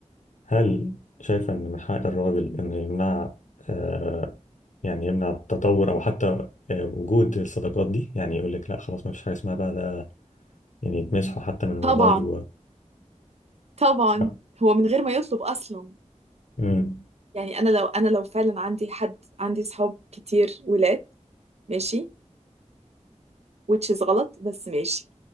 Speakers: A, on the left; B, on the right.
A: هل شايفة إن من حق الراجل إنه يمنع آه، يعني يمنع التطور أو حتى آه، وجود الصداقات دي يعني يقول لك لا خلاص ما فيش حاجة اسمها بقى ده يعني يتمسحوا حتى من الموبايل
B: طبعا
A: و
B: طبعا
A: صح
B: هو من غير ما يطلب اصلا
A: امم
B: يعني انا لو انا لو فعلا عندي حد عندي صحاب كتير ولاد ماشي which is غلط بس ماشي